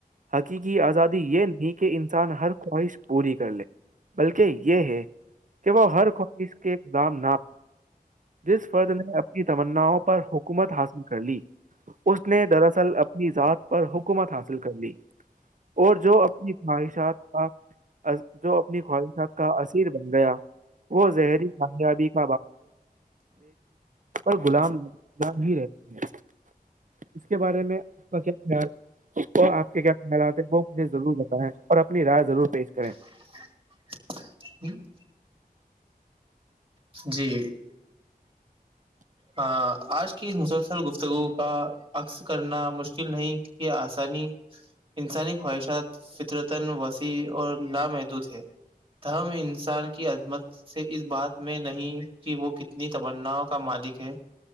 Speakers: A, on the right; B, on the right.
A: حقیقی آزادی یہ نہیں کہ انسان ہر خواہش پوری کر لے بلکہ یہ ہے کہ وہ ہر خواہش کے گودام نہ جس فرد نے اپنی تمناؤں پر حکومت حاصل کر لی اس نے دراصل اپنی ذات پر حکومت حاصل کر لی اور جو اپنی خواہشات جو اپنی خواہشات کا اصیر بن گیا وہ زہری کامیابی <inaudible> اور غلام بانگی ہی رہتے ہیں اس کے بارے میں آپ کا کیا خیال وہ آپ کے کیا خیالاتتے ہیں وہ مجھے ضرور بتائیں اور اپنی رائے ضرور پیش کریں
B: <inaudible> جی ہاں آج کی مسلسل گفتگو کا عکس کرنا مشکل نہیں کہ آسانی انسانی خواہشات فطرتا وسیع اور لامحدود ہے دم انسان کی عظمت سے اس بات میں نہیں کہ وہ کتنی تمناؤں کا مالک ہے